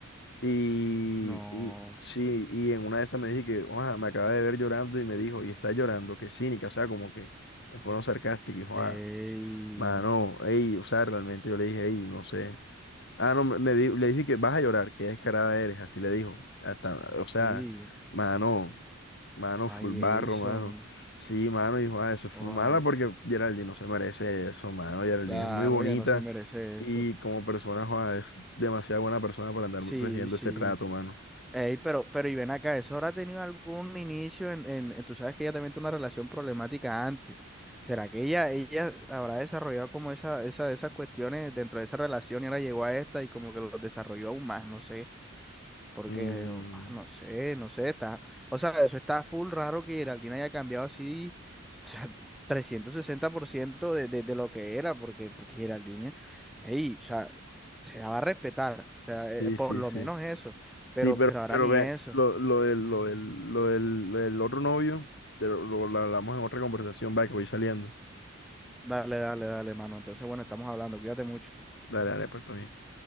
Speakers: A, on the left; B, in the centre.
A: Y,
B: no.
A: y sí, y en una de esas me dije que, joda, me acaba de ver llorando y me dijo, y está llorando, que cínica, o sea, como que en forma sarcástica, y joda,
B: Ey.
A: Mano, ey, o sea, realmente yo le dije, ey, no sé. Ah, no, me, me di- le dije que vas a llorar, que descarada eres, así le dijo. Hasta, o sea,
B: Sí.
A: mano, mano,
B: Ay,
A: full barro,
B: Jason.
A: mano. Sí, mano, dijo, ah, eso es full
B: Ay,
A: mala porque Geraldine no se merece eso, mano. Geraldine
B: claro,
A: es muy bonita
B: ya no se merece
A: y
B: eso.
A: como persona, joda, es demasiado buena persona para andar
B: Sí,
A: recibiendo
B: sí.
A: ese trato, mano.
B: Ey, pero, pero y ven acá, ¿eso habrá tenido algún inicio en, en, en- tú sabes que ella también tuvo una relación problemática antes? ¿Será que ella, ella habrá desarrollado como esa, esa, esas cuestiones dentro de esa relación y ahora llegó a esta y como que los desarrolló aún más? No sé. Porque,
A: Mm,
B: ah, no sé, no sé, está, o sea, eso está full raro que Geraldine haya cambiado así, o sea, 360% de, de, de lo que era, porque, porque Geraldine, ey, o sea, se daba a respetar, o sea, eh,
A: sí,
B: por
A: sí,
B: lo
A: sí.
B: menos eso,
A: Sí,
B: pero,
A: pero,
B: pero ahora
A: pero
B: ni
A: ve,
B: eso.
A: lo, lo del, lo del, lo del, lo del otro novio, te lo, lo- lo hablamos en otra conversación, va, que voy saliendo.
B: Dale, dale, dale, mano. Entonces, bueno, estamos hablando, cuídate mucho.
A: Dale, dale, pues, todo bien.